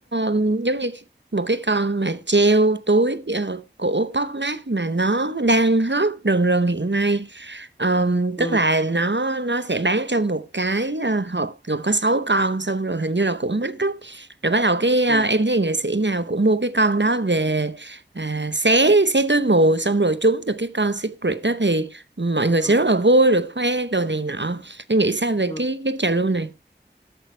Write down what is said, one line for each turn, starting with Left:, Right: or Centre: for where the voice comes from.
Right: um, giống như một cái con mà treo túi ờ, của Popmart mà nó đang hot rần rần hiện nay Ờm,
Left: ừ
Right: tức là nó nó sẽ bán trong một cái ờ, hộp gồm có sáu con xong rồi hình như là cũng mắc á rồi bắt đầu cái ờ,
Left: ừ
Right: em thấy nghệ sĩ nào cũng mua cái con đó về à, xé xé túi mù xong rồi trúng được cái con secret đó thì mọi người
Left: ừ
Right: sẽ rất là vui rồi khoe đồ này nọ em nghĩ sao về
Left: ừ
Right: cái cái trào lưu này